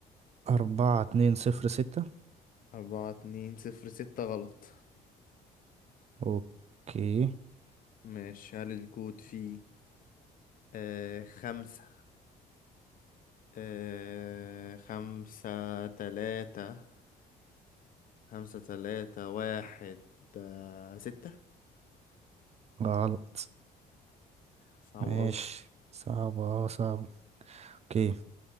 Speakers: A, on the right (about 40°); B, on the left (about 55°).
A: أربعة اتنين صفر ستة
B: أربعة اتنين صفر ستة غلط
A: اوكي
B: ماشي هل الكود فيه آه خمسة آه خمسة تلاتة خمسة تلاتة واحد آه، ستة
A: غلط
B: صعب
A: ماشي
B: أوي
A: صعبة صعبة اوكي